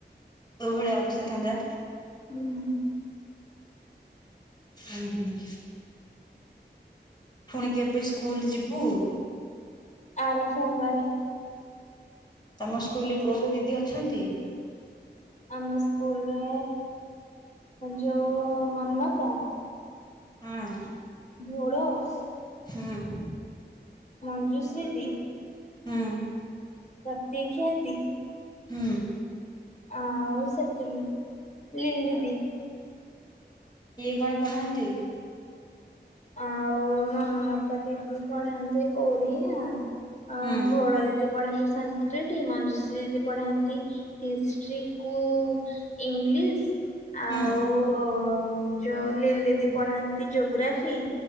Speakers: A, on the left; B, on the left.
A: କୋ ଭଳିଆ ଅବସ୍ତା ହେଇଥାନ୍ତା।
B: ଉଁ ହୁଁ।
A: ଉଁ ହୁଁ। ପୁଣି କେବେ ସ୍କୁଲ ଯିବୁ?
B: ଆର ସୋମବାରେ।
A: ତମ ସ୍କୁଲ ରେ କୋଉ କୋଉ ଦିଦି ଅଛନ୍ତି?
B: ଆମ ସ୍କୁଲରେ ଯଉ ମମତା
A: ହଁ।
B: <unintelligible>
A: ହୁଁ।
B: ମଞ୍ଜୁଶ୍ରୀ ଦି,
A: ହୁଁ।
B: ପ୍ରତିକ୍ଷ୍ୟା ଦି,
A: ହୁଁ
B: ଆଉ ସେତିକି ମିଲି ଦିଦି।
A: ଇଏ କଣ ପଢ଼ାନ୍ତି?
B: ଆଉ ମମତା ଦିଦି ପଢ଼ାନ୍ତି ଓଡିଆ। ଆଉ
A: ହୁଁ
B: ଭଲ <inaudible> ପଢ଼ାନ୍ତି ସଂକୃତି, ମଞ୍ଜୁଶ୍ରୀ ଦିଦି ପଢ଼ାନ୍ତି ହିଷ୍ଟ୍ରି କୁ ଇଂଲିଶ।
A: ହୁଁ
B: ଆଉ ଅ ଉମ ଯୋଉ ଲିଲି ଦିଦି ପଢ଼ାନ୍ତି ଜୋଗ୍ରାଫ ଫି,